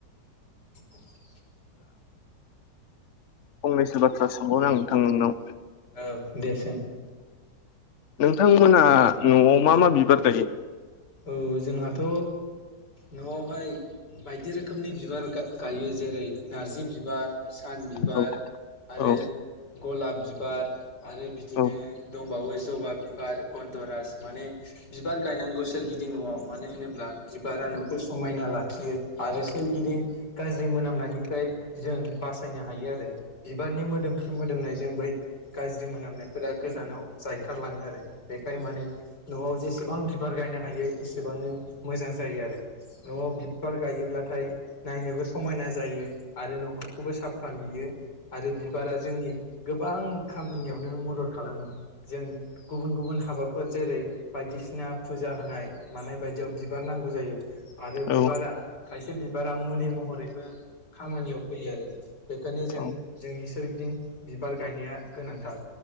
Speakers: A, on the left (about 70°); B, on the left (about 55°).
A: <inaudible>
B: फंनैसो बाथ्रा सोंबाव नो आं नोंथां नोंनाव।
A: औ दे सों
B: नोंथांमोना न'आव मा मा बिबार गायो?
A: औ जोंहाथ' न'आवहाय बायदि रोखोमनि बिबार गायो जेरै नारजि बिबार सान बिबार
B: औ
A: आरो
B: औ
A: गलाब बिबार आरो बिदिनो
B: औ
A: दंबावो जबा बिबार गन्दरास माने बिबार गायनांगौसो गिदिं न'आव मानो होनोब्ला बिबारा न'खर समायना लाखियो आरो सोरगिदिं गाज्रि मोना खालामनायनिफ्राय जों बासायनो हायो आरो बिबारनि मोदोमफ्रु मोदोमनाय जों बै गाज्रि मोनामनायफोरा गोजानाव जायखारलाङो आरो बेखायनो माने न'आव जेसेबां बिबार गायनो हायो हायो एसेबांनो मोजां जायो आरो न'आव बिबार गायोब्लाथाय नायनोबो समायना जायो आरो न'खरखौबो साफा नुयो। आरो बिबारा जोंनि गोबां खामानियावनो मदद खालामो जों गुबुन गुबुन हाबाफोर जेरै बायदिसिना फुजा होनाय मानाय बायदियाव बिबार नांगौ जायो आरो बिबारा
B: औ औ
A: खायसे बिबारा मुलि महर बेफोर खामानियाव फैयो आरो बेखायनो जों
B: औ
A: जोंनि सोरगिदिं बिबार गायनाया गोनांथार।